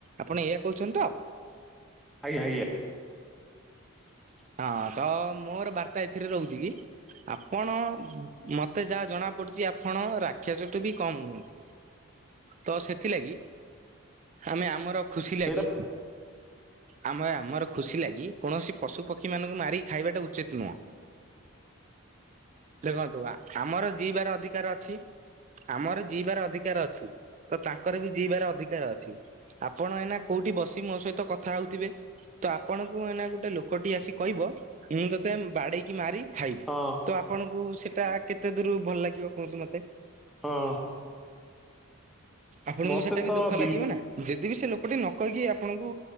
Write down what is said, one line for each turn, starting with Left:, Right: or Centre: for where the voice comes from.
Right: ଆପଣ ଏଇଆ କହୁଛନ୍ତି ତ?
Centre: ଆଜ୍ଞା ଆଜ୍ଞା। <inaudible>
Right: ହଁ ତ ମୋର ବାର୍ତ୍ତା ଏଥିରେ ରହୁଛି କି? ଆପଣ ମତେ ଯାହା ଜଣା ପଡୁଛି ଆପଣ ରାକ୍ଷସ ଟୁ ବି କମ ନୁହନ୍ତି। ତ ସେଥିଲାଗି ଆମେ ଆମର ଖୁସି ଲାଗି
Centre: ସେଇଟା
Right: ଆମେ ଆମର ଖୁସି ଲାଗି କୌଣସି ପଶୁ ପ ପକ୍ଷୀ ମାନଙ୍କୁ ମାରିକି ଖାଇବାଟା ଉଚିତ ନୁହଁ। ଦେଖନ୍ତୁ ଆମର ଜିଇବାର ଅଧିକାର ଅଛି। ଆମର ଜିଇବାର ଅଧିକାର ଅଛି ତ ତାଙ୍କର ବି ଜିଇବାର ଅଧିକାର ଅଛି। ଆପଣ ଏଇନା କୋଉଠି ବସିି ମୋ ସହିତ କ କଥା ହଉଥିବେ ତ ଆପଣଙ୍କୁ ମାନେ ଗୋଟେ ଲୋକଟି ଆସି କହିବ ମୁଁ ତୋତେ ବାଡେଇକି ମାରି ଖାଇବି।
Centre: ହଁ
Right: ତ ଆପଣଙ୍କୁ ସେଇଟା କେତେ ଦୂରୁ ଭଲ ଲାଗିବ କୁହନ୍ତୁ ମତେ?
Centre: ହଁ।
Right: ଆପଣଙ୍କୁ
Centre: ମତେ
Right: ସେଟା ବି
Centre: ତ
Right: ଦୁଃଖ
Centre: ବିଲ୍
Right: ଲାଗିବ ନା। ଯେଦି ବିି ସେ ଲୋକଟି ନ କହିକି ଆପଣଙ୍କୁ